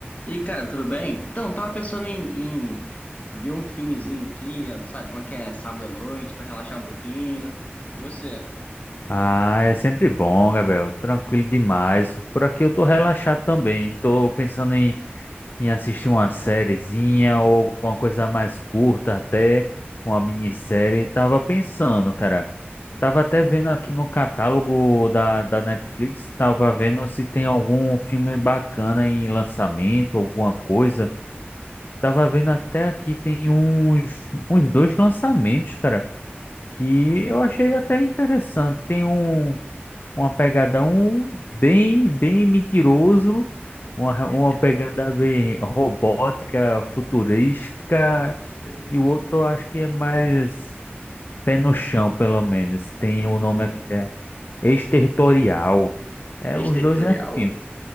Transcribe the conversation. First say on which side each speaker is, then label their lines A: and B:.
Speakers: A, on the left; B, on the left.
A: E aí, cara, tudo bem? Então, tava pensando em, em ver um filmezinho aqui, sabe? Como é que é? Sábado à noite, pra relaxar um pouquinho. E você?
B: Ah, é sempre bom, Gabriel. Tranquilo demais. Por aqui eu tô relaxado também. Tô pensando em, em assistir uma sériezinha ou alguma coisa mais curta até, uma minissérie. Tava pensando, cara. Tava até vendo aqui no catálogo da, da Netflix, tava vendo se tem algum filme bacana em lançamento, alguma coisa. Tava vendo até aqui tem uns, uns dois lançamentos, cara, que eu achei até interessante. Tem um uma pegada um bem, bem mentiroso, uma, uma
A: <laughs>
B: pegada bem robótica, futurística,
A: É Isso,
B: e o outro eu acho que é mais pé no chão, pelo menos. Tem
A: Entendi.
B: o nome aqui, é Exterritorial. É,
A: Exterritorial?
B: os dois é filme.